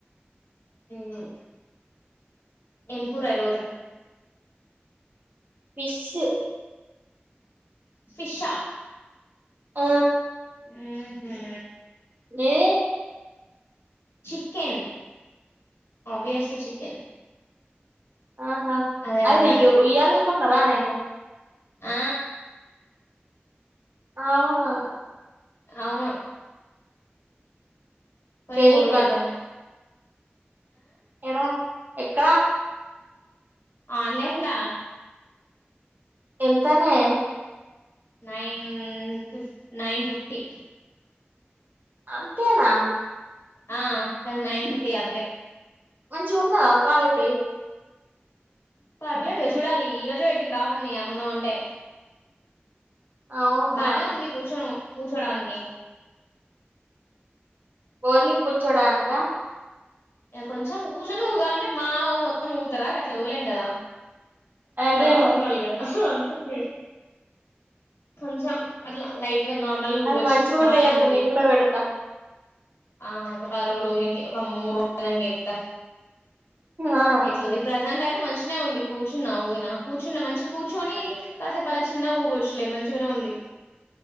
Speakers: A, on the left; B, on the right.
A: ఉమ్మ్ ఏం కూర ఈరోజు
B: ఫిషూ
A: ఫిష్ ఆ
B: ఆ
A: <unintelligible>
B: ఏది
A: చికెన్ అబ్వియోస్లీ చికెన్
B: ఆహా
A: అదే
B: అది
A: ఉంటది
B: ఇ ఉయ్యాల ఊగుకుంటూన్నారానే
A: ఆ
B: అవును
A: అవును కొనీ
B: కేయు
A: మూడ్రోజులైతాంది
B: ఏడా ఎక్క
A: ఆన్లైన్ లా
B: ఎంతనే
A: నైన్ ఫిప్ నైన్ ఫిఫ్టీ
B: అంతేనా
A: ఆ దానికి నైన్ ఫిఫ్టీ అంతే
B: మంచిగుందా కాయ్ ఒప్పీ
A: పర్లేదు ఇహ చూడాలి ఈ రోజే ఎట్టిన రాహుల్ ని అమ్మను అంటే
B: అవునా
A: బానే ఉంది కూర్చొను కూర్చోడానికి
B: ఓన్లీ కూర్చోడానిక
A: యా కొంచెం కూచొనిఉగాలంటే మావ మొత్ మొత్తం ఊగతర అట్లా ఊగలేం కదా
B: అదే
A: నార్మల్గా అంతకే
B: మరి
A: కొంచం అట్లా లైట్గా నార్మల్ గా ఊగొచ్చు
B: అది మంచిగుంటే
A: బానే
B: చెప్పు
A: ఉంది.
B: నేను కూడా పెడతా
A: ఆ ఒక పదిరోజులు వుగనీకే ఒక మూడు రోజులు ఐనాంక చెప్తా
B: ఆ
A: ఎట్లఇది ప్రజెంట్ అయితే మనిషి <unintelligible> ఉంది కూర్చున్నవు కూర్చున్న మనిషి కూర్చొని కాసేపు అలా చిన్నగ ఊగొచ్చు. లే మంచిగనే ఉంది